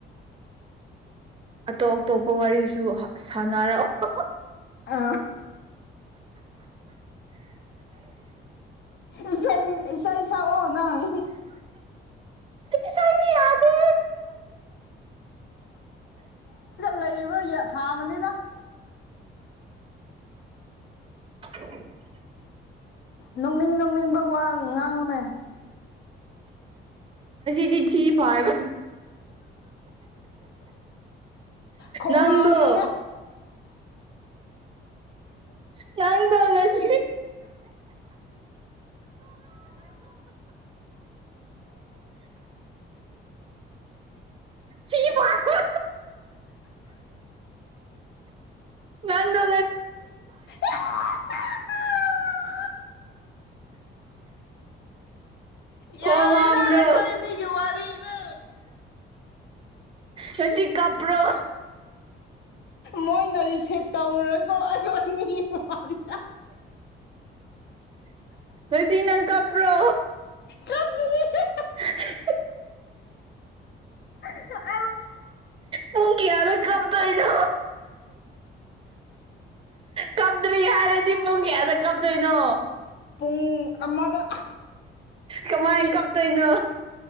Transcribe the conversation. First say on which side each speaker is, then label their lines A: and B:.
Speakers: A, on the right; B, on the left.
A: ꯑꯇꯣꯞ ꯑꯇꯣꯞꯄ ꯋꯥꯔꯤꯁꯨ ꯁꯥꯟꯅꯔꯛꯑꯣ
B: ꯑ ꯏꯁꯩ ꯏꯁꯩ ꯁꯛꯑꯣ ꯅꯪ
A: ꯄꯁꯥꯏ ꯃꯤ ꯌꯥꯗꯦ
B: ꯂꯩꯔꯤꯕ ꯐꯥꯕꯅꯤꯅ
A: ꯑꯣ
B: ꯅꯣꯡꯅꯤꯡ ꯅꯣꯡꯅꯤꯡꯕ ꯋꯥ ꯉꯥꯡꯉꯨꯅꯦ
A: ꯗꯤ ꯊꯐ ꯐꯥꯕ
B: ꯈꯣꯡ
A: ꯅꯪꯗꯣ
B: ꯍꯥꯝꯅ
A: ꯉꯪ ꯇꯣꯉꯁꯤ ꯊꯤ ꯐꯥꯏꯕ꯭ꯔꯣ ꯅꯪ ꯅꯣ
B: ꯑ
A: ꯈꯣꯡ꯭ꯔꯣ
B: ꯌꯥꯔꯣꯏꯗ ꯑꯩꯈꯣꯏ ꯑꯅꯤꯒꯤ ꯋꯥꯔꯤꯁꯦ
A: ꯍꯧꯖꯤ ꯀꯄ꯭ꯔꯣ
B: ꯃꯣꯏꯅ ꯔꯤꯁꯤꯞ ꯇꯧꯔꯔꯣꯏꯀꯣ ꯑꯩꯉꯣꯟ ꯃꯤ ꯐ ꯇ
A: ꯂꯨꯁꯤ ꯅꯪ ꯀꯞꯄ꯭ꯔꯣ
B: ꯌꯥꯝꯗꯔꯤ ꯍ°
A: ꯑ
B: ꯍ
A: ꯄꯨꯡꯒꯌꯥꯗ ꯀꯕꯗꯅ ꯀꯞꯇ꯭ꯔꯤ ꯍꯥꯏꯔꯗꯤ ꯄꯨꯡ ꯀꯌꯥꯗ ꯀꯞꯇꯣꯏꯅꯣ
B: ꯄꯨꯡ ꯑꯃꯗ
A: ꯀꯃꯥꯏ ꯀꯞꯇꯣꯏꯅꯣ